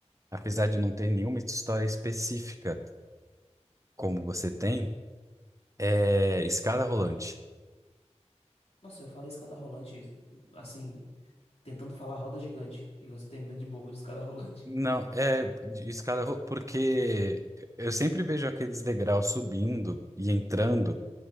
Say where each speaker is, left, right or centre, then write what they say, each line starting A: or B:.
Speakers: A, on the right (about 25°); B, on the left (about 60°).
A: apesar de não ter nenhuma história específica como você tem, é escada rolante.
B: Nossa, eu falei escada rolante, assim, tentando falar roda gigante. E você tem medo de bobo de escada rolante.
A: Não, é de escada, ro- porque eu sempre vejo aqueles degraus subindo e entrando.